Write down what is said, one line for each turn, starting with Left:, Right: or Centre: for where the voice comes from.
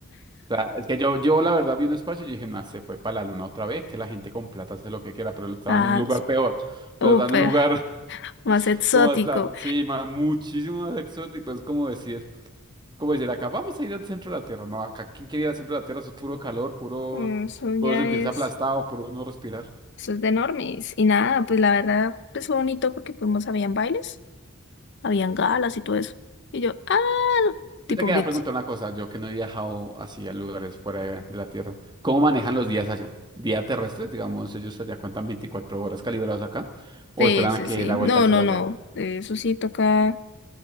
Right: O sea, es que yo, yo la verdad vi un espacio y dije, no, se fue para la luna otra vez, que la gente con plata hace lo que quiera, pero estaba
Left: Ah,
Right: en un lugar peor. O
Left: súper,
Right: sea, estaba en un lugar
Left: más exótico.
Right: Como hasta, sí, ma, muchísimo más exótico. Es como decir, como decir, acá vamos a ir al centro de la Tierra. No, acá quien quiere ir al centro de la Tierra, eso es puro calor, puro,
Left: Mm, Eso ya
Right: puedo sentirse
Left: es.
Right: aplastado, puro no respirar.
Left: Eso es de normis. Y nada, pues la verdad, pues fue bonito porque fuimos, habían bailes, habían galas y todo eso. Y yo, ah, tipo
Right: Yo te quería
Left: Britney.
Right: preguntar una cosa, yo que no he viajado así a lugares fuera de, de la Tierra. ¿Cómo manejan los días allá? Día terrestres, digamos, ellos allá cuentan 24 horas calibradas acá, o
Left: Sí,
Right: esperan
Left: sí,
Right: a que
Left: sí.
Right: dé la
Left: No,
Right: vuelta al sol
Left: no,
Right: allá.
Left: no. eh, Eso sí toca.